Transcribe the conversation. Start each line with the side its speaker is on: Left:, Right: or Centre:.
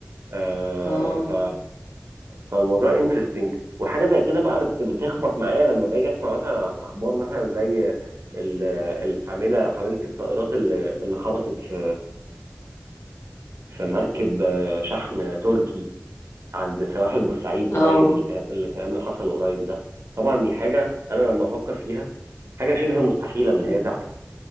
Right: آه،
Left: اه
Right: ف فالموضوع انترستنج وحاجه زي كده بقى بت- بتخبط معايا لما باجي اسمع مثلا عن اخبار مثلا زي ال- الحامله حامله الطائرات اللي اللي خبطت في في مركب آه، شحن تركي عند سواحل بورسعيد
Left: اه
Right: قريب الكلام الكلام اللي حصل قريب ده طبعا دي حاجه انا لما افكر فيها حاجه شبه مستحيله ان
Left: امم.
Right: هي تحصل